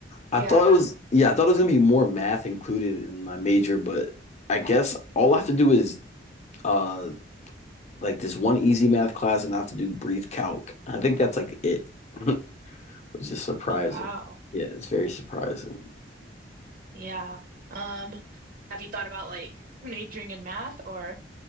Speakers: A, on the left; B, on the right.
A: I
B: Yeah.
A: thought it was yeah, I thought it was gonna be more math included in my major, but I guess all I have to do is uh like this one easy math class and I have to do brief calc. And I think that's like it, <laughs> which is surprising.
B: Oh, wow.
A: Yeah, it's very surprising.
B: Yeah. Um, have you thought about like <laughs> majoring in math or